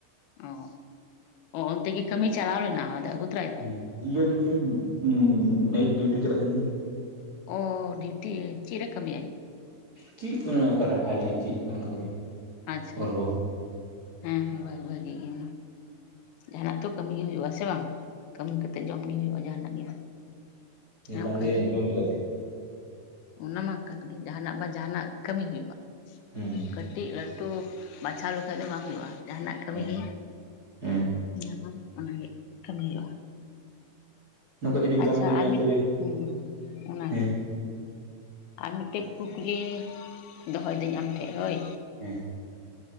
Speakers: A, on the left (about 75°); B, on the right (about 45°).
A: ᱚᱸ, ᱚ-ᱚᱱᱛᱮ ᱜᱮ ᱠᱟᱹᱢᱤ ᱪᱟᱞᱟᱣ ᱞᱮᱱᱟ ᱟᱫᱚ ᱟᱹᱜᱩ ᱛᱚᱨᱟᱭ ᱫᱟᱭ
B: ᱦᱮᱸ ᱤᱭᱟᱹ ᱰᱤᱭᱩᱴᱤ ᱱᱟ-ᱱᱟᱭᱤᱴ ᱰᱤᱭᱩᱴᱤ ᱠᱚᱨᱮ ᱛᱟᱦᱮᱱᱟᱭ᱾
A: ᱚᱻ ᱰᱤᱭᱩᱴᱤ ᱪᱮᱜ ᱨᱮ ᱠᱟᱹᱢᱤᱭᱟᱭ?
B: ᱪᱤᱜ ᱠᱚ ᱚᱱᱠᱟ ᱨᱟᱠᱷᱟ ᱠᱟᱱᱟ ᱪᱤᱜ ᱠᱩ ᱚᱱᱟ ᱠᱚᱨᱮ᱾
A: ᱟᱸᱪᱪᱷᱟ᱾
B: ᱚᱨᱦᱚᱸ
A: ᱦᱮᱸ ᱦᱮᱸ ᱵᱷᱟ-ᱵᱷᱟᱹᱜᱤ ᱜᱮ ᱡᱟᱦᱟᱱᱟᱜ ᱛᱚ ᱠᱟᱹᱢᱤ ᱜᱮ ᱦᱩᱭᱩᱜᱼᱟ ᱥᱮ ᱵᱟᱝ? ᱠᱟᱹᱢᱤ ᱠᱟᱛᱮᱜ ᱡᱚᱢ ᱜᱮ ᱦᱩᱭᱩᱜᱼᱟ ᱡᱟᱦᱟᱱᱟᱜ ᱜᱮᱫᱚ ᱦᱮᱸ
B: ᱵᱟᱢ
A: ᱵᱟᱠᱷᱟᱡ
B: ᱤᱫᱤᱭᱟ
A: ᱫᱚ᱾
B: ᱡᱚᱢ ᱪᱤᱠᱟᱹᱛᱮ
A: ᱚᱱᱟ ᱢᱟ ᱠᱟᱱ ᱜᱮ ᱡᱟᱦᱱᱟᱜ ᱵᱟ ᱡᱟᱦᱟᱱᱟᱜ ᱠᱟᱹᱢᱤ ᱦᱩᱭᱩᱜᱼᱟ᱾
B: ᱦᱩᱸ᱾
A: ᱠᱟᱹᱴᱤᱡ ᱞᱟᱹᱴᱩ ᱵᱟᱪᱷᱟᱣ ᱞᱮᱠᱷᱟᱡ ᱫᱚ ᱵᱟᱝ ᱦᱩᱭᱩᱜᱼᱟ᱾ ᱡᱟᱦᱟᱱᱟᱜ ᱠᱟᱹᱢᱤ
B: ᱦᱮᱸ
A: ᱜᱮ
B: ᱦᱮᱸ
A: ᱧᱟᱢᱟ ᱚᱱᱟᱜᱮ ᱠᱟᱹᱢᱤ ᱦᱩᱭᱩᱜᱼᱟ᱾
B: ᱱᱚᱝᱠᱟ ᱡᱩᱫᱤ
A: ᱟᱪᱪᱷᱟ
B: ᱵᱟᱢ ᱠᱟᱹᱢᱤᱭᱟ
A: ᱟᱨ ᱢᱤ
B: ᱛᱚᱵᱮ
A: ᱦᱩᱸ ᱚᱱᱟ
B: ᱦᱮᱸ
A: ᱜᱮ᱾ ᱟᱨ ᱢᱮᱫᱴᱮᱡ ᱠᱩᱠᱞᱤ ᱫᱚᱦᱚᱭ ᱫᱟᱹᱧ ᱟᱢᱴᱷᱮᱜ ᱦᱳᱭ᱾
B: ᱦᱮᱸ ᱾